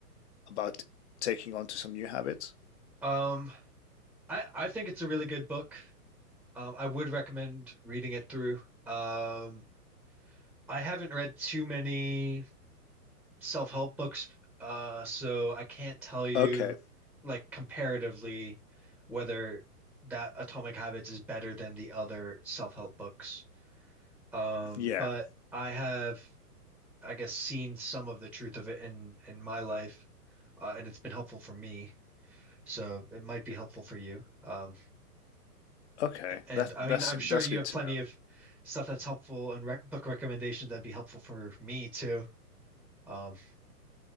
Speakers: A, on the left; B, in the centre.
A: about taking on to some new habits?
B: Um, I I think it's a really good book. Um, I would recommend reading it through. Um, I haven't read too many self-help books, uh, so I can't tell you
A: Okay.
B: like comparatively whether that Atomic Habits is better than the other self-help books. Um,
A: Yeah.
B: but I have I guess seen some of the truth of it in in my life, uh, and it's been helpful for me. So it might be helpful for you. Um,
A: Okay.
B: and
A: That
B: I mean,
A: that's
B: I'm sure
A: that's
B: you
A: good
B: have
A: to
B: plenty
A: know.
B: of stuff that's helpful and rec book recommendations that'd be helpful for me too. Um,